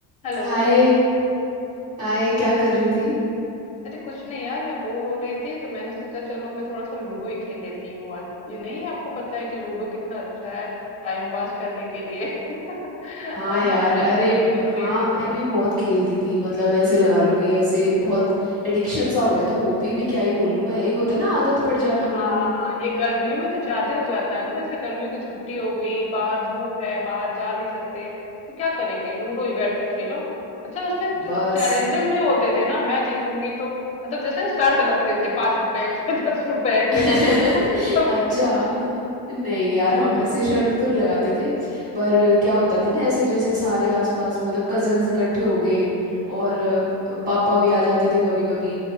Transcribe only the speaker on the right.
हाय Hi क्या कर रही थी
हाँ
यार
अरे
हाँ
मैं भी बहुत खेलती थी मतलब ऐसे लगा लो कि ऐसे बहुत एडिक्शन सा हो गया तो हॉबी भी क्या ही बोलूँ मैं एक होता है ना आदत पड़ जाना
बिल्कुल
बस
<laughs>
अच्छा न- नहीं यार हम ऐसे शर्त तो नहीं लगाते थे पर क्या होता था ना ऐसे जैसे सारे आसपास मतलब कजन्स इकट्ठे हो गए और अ, पापा भी आ जाते थे कभी कभी